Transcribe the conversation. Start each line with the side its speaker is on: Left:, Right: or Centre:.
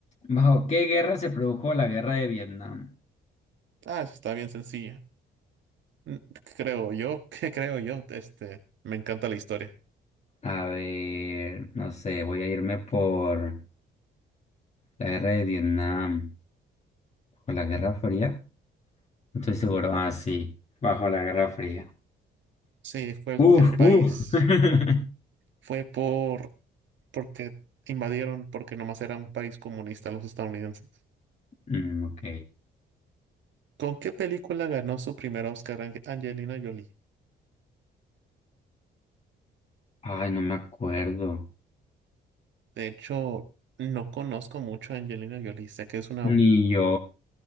Left: ¿Bajo qué guerra se produjo la guerra de Vietnam?
Right: Ah, eso está bien sencilla. Mm, Creo yo, <laughs> que creo yo, este, me encanta la historia.
Left: A ver, no sé, voy a irme por la guerra de Vietnam, o la Guerra Fría. No estoy seguro. Ah, sí, bajo la Guerra Fría.
Right: Sí, fue
Left: Uf,
Right: el país.
Left: uf. <laughs>
Right: Fue por porque invadieron, porque nomás era un país comunista los estadounidenses.
Left: Mm, ok.
Right: ¿Con qué película ganó su primer Oscar Ange- Angelina Jolie?
Left: Ay, no me acuerdo.
Right: De hecho, no conozco mucho a Angelina Jolie. Sé que es una...
Left: Ni yo.